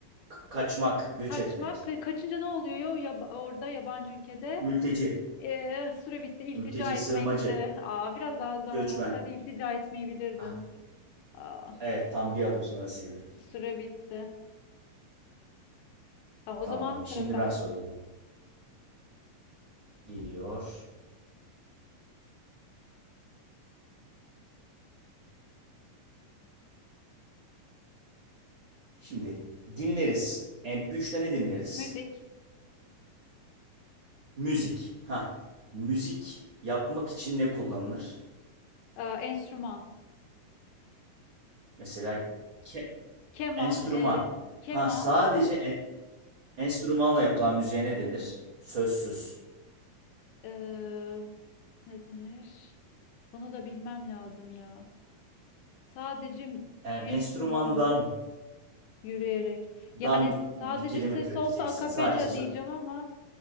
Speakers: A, on the right; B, on the left.
A: K- kaçmak, göç
B: Kaçmak.
A: etmek.
B: Ka- Kaçınca ne oluyor ya, ya orada yabancı ülkede?
A: Mülteci,
B: Ee, süre bitti. iltica
A: mülteci,
B: etmekti.
A: sığınmacı,
B: Aa, biraz daha zaman
A: göçmen.
B: olsaydı iltica etmeyi bilirdin.
A: Ah,
B: Aa.
A: evet, tam bir adım sonrasıydı.
B: Süre bitti. Tamam o
A: Tamam,
B: zaman sıra
A: şimdi
B: sende.
A: ben soruyorum. Geliyor. Şimdi dinleriz. MP3'te ne dinleriz?
B: Müzik,
A: Müzik. Ha, müzik yapmak için ne kullanılır?
B: e, enstrüman,
A: Mesela ke-
B: keman,
A: enstrüman.
B: e, keman
A: Ha, sadece en- Enstrümanla yapılan müziğe ne denir? Sözsüz.
B: e, ne denir? Bunu da bilmem lazım ya. Sadece
A: Yani
B: enstrüman
A: enstrümandan
B: yürüyerek.
A: dan
B: Yani sadece
A: bir kelime
B: ses
A: türeteceksin.
B: olsa akapella
A: Sadece sö-
B: diyeceğim ama